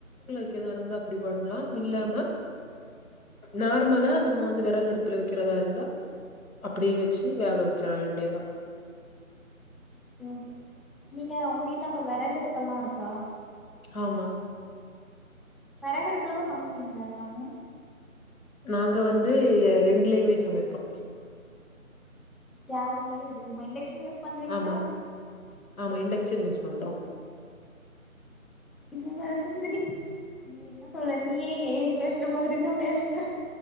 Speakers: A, on the left (about 75°); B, in the centre.
A: க்கிறதா இருந்தா அப்டி பண்லா இல்லாம நார்மலா நம்ம வந்து வெறகு அடுப்ல வக்றதா இருந்தா அப்டியே வச்சு வேக வச்சிட வேண்டியதா
B: ஓகே ஓகே நீங்க உங்க வீட்ல அப்போ வெறகு அடுப்பல்லா இருக்கா
A: ஆமா
B: வெரகடுபுல தா சமைப்பீங்ளா எல்லாமே
A: நாங்க வந்து ரெண்லயுமே சமைப்போ
B: கேஸ்லையு இதுவுமா இன்டக்ஷன் யூஸ் பண்றீங்களா
A: ஆமா ஆமா இன்டக்ஷன் யூஸ் பண்றோ
B: இந்த மாத்ரி அய்யோ என்ன சொல்ல நீயே ஏ ஐ பேசுற மாத்ரிதா பேசுற